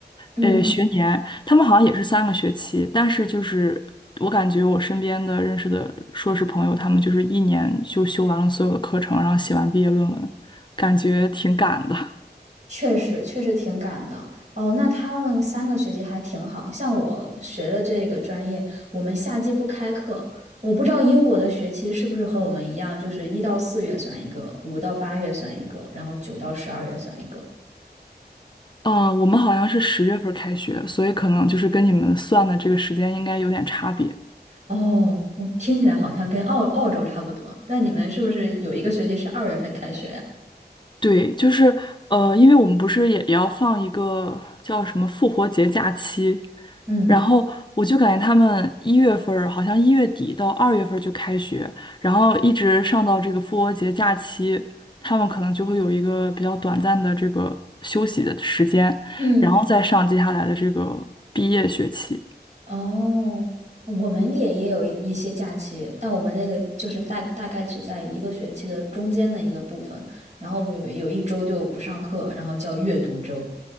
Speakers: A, on the right (about 40°); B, on the left (about 25°).
A: 嗯。
B: 呃，学年，他们好像也是三个学期，但是就是我感觉我身边的认识的硕士朋友，他们就是一年就修完了所有的课程，然后写完毕业论文，感觉挺赶的。
A: 确实，确实挺赶的哦。那他们三个学期还挺好，像我学的这个专业，我们夏季不开课。我不知道英国的学期是不是和我们一样，就是一到四月算一个，五到八月算一个，然后九到十二月算一个。
B: 嗯，我们好像是十月份开学，所以可能就是跟你们算的这个时间应该有点差别。
A: 哦，我听起来好像跟澳澳洲差不多。那你们是不是有一个学期是二月份开学呀？
B: 对，就是呃，因为我们不是也也要放一个叫什么复活节假期，
A: 嗯。
B: 然后我就感觉他们一月份儿好像一月底到二月份儿就开学，然后一直上到这个复活节假期，他们可能就会有一个比较短暂的这个休息的时间，
A: 嗯。
B: 然后再上接下来的这个毕业学期。
A: 哦，我们也也有一一些假期，但我们那个就是大大概是在一个学期的中间的一个部分，然后我们有有一周就不上课，然后叫阅读周，